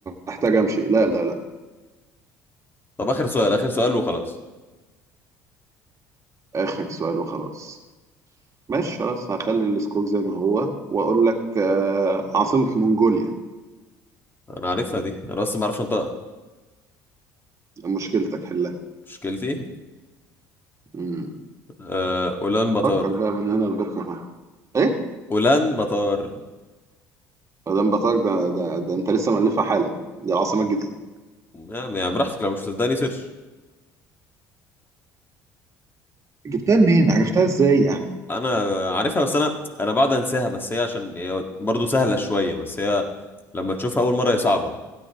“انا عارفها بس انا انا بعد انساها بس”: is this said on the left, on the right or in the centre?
Left